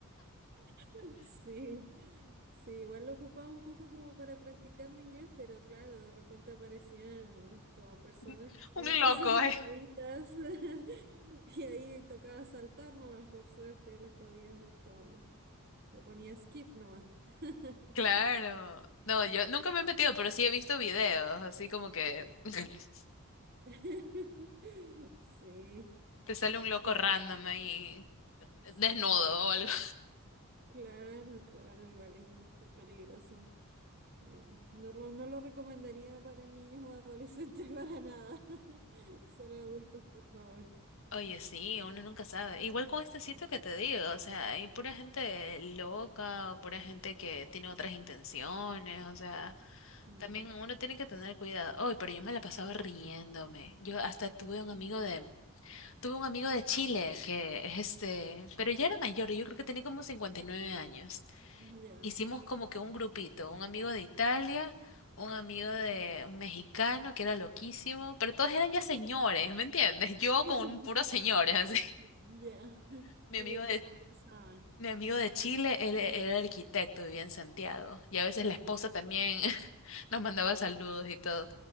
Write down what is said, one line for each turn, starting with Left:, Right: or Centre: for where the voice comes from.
Right: <laughs> sí, sí, igual lo ocupaba un poco como para practicar mi inglés, pero claro, de repente aparecían esto, personas
Left: <laughs>
Right: que hacían
Left: un
Right: cosas
Left: loco,
Right: <laughs> indebidas
Left: eh.
Right: <laughs> y ahí tocaba saltar nomás, por suerte, los podías esto Le ponía skip nomás. <laughs>
Left: Claro. No, yo nunca me he metido, pero sí he visto videos, así como que
Right: Ya.
Left: <laughs>
Right: <laughs> Sí,
Left: te sale
Right: hay
Left: un loco
Right: muchas.
Left: random ahí,
Right: Sí,
Left: desnudo o algo.
Right: claro, claro, igual es esto peligroso. Eh, no, ro- no lo recomendaría para niños o adolescentes <laughs> para nada. <laughs> Solo adultos, por favor.
Left: Oye, sí, uno nunca sabe. Igual con este sitio que te digo, o sea, hay pura gente loca o pura gente que tiene otras intenciones, o sea,
Right: Mm.
Left: también uno tiene que tener cuidado. Oye, pero yo me la pasaba riéndome. Yo hasta tuve un
Right: Ujú.
Left: amigo de, tuve un amigo de Chile que es este, pero ya era mayor, yo creo que tenía como 59 años.
Right: Ya.
Left: hicimos como que un grupito, un amigo de Italia, un amigo de un mexicano que era loquísimo, pero todos eran ya señores, ¿me entiendes? Yo
Right: <laughs>
Left: con un puro señores, así.
Right: Ya.
Left: <laughs> Mi
Right: ¿Y
Left: amigo
Right: de
Left: de,
Right: qué conversaban?
Left: mi amigo de Chile, él e- era arquitecto, vivía en Santiago, y a veces la
Right: Ya,
Left: esposa también <laughs> nos mandaba saludos y todo.